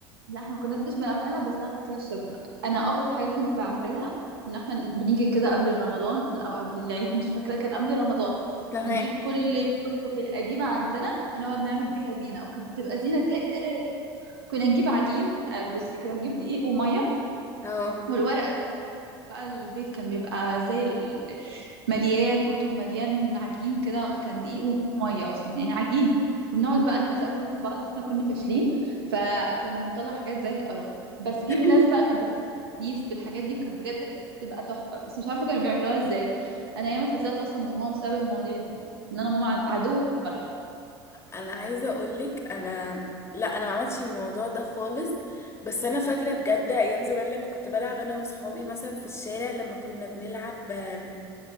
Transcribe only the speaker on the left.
تمام
اه
أنا-
<laughs>
انا عايزه اقولك انا لا انا ما عملتش الموضوع ده خالص بس انا فاكره بجد ايام زمان لما كنت بلعب انا وصحابي مثلا في الشارع لما كنا بنلعب آه،